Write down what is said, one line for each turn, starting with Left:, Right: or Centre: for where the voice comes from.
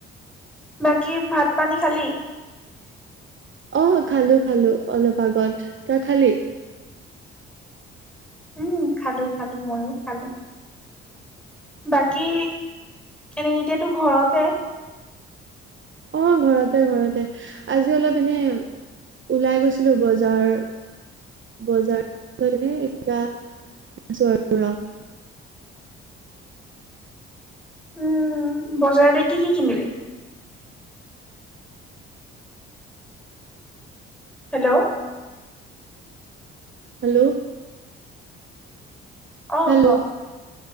Centre: বাকী ভাত-পানী খালি?
Right: অ খালো, খালো অলপ আগত। তই খালি?
Centre: উম! খালো খালো মইয়ো খালো। বাকী এনে এতিয়াতো ঘৰতে?
Right: অ ঘৰতে, ঘৰতে, আজি অলপ এনে ওলাই গৈছিলো বজাৰ। বজাৰ, এতিয়া আছো আৰু ৰ!
Centre: উম! বজাৰতে কি কি কিনিলি? হেল্ল'
Right: হেল্ল'
Centre: অ,
Right: হেল্ল'
Centre: ক